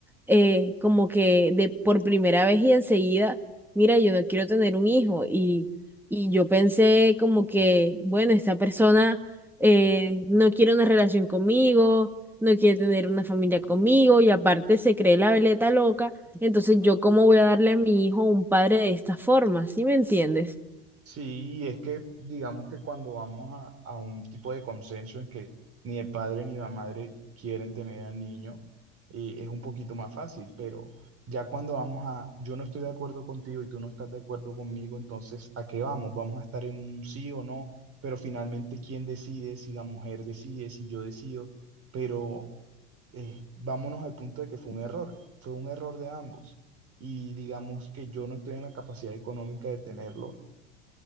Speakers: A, in the centre; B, on the right.
A: eh, como que de por primera vez y enseguida, mira, yo no quiero tener un hijo. Y, y yo pensé como que, bueno, esta persona eh, no quiere una relación conmigo, no quiere tener una familia conmigo y aparte se cree la veleta loca. Entonces yo cómo voy a darle a mi hijo un padre de esta forma, ¿sí me entiendes?
B: Sí, y es que digamos que cuando vamos a, a un tipo de consenso en que ni el padre ni la madre quieren tener al niño, eh, es un poquito más fácil, pero ya cuando vamos a, yo no estoy de acuerdo contigo y tú no estás de acuerdo conmigo, entonces, ¿a qué vamos? ¿Vamos a estar en un sí o no? Pero finalmente, ¿quién decide? Si la mujer decide, si yo decido, pero eh, vámonos al punto de que fue un error, fue un error de ambos. Y digamos que yo no estoy en la capacidad económica de tenerlo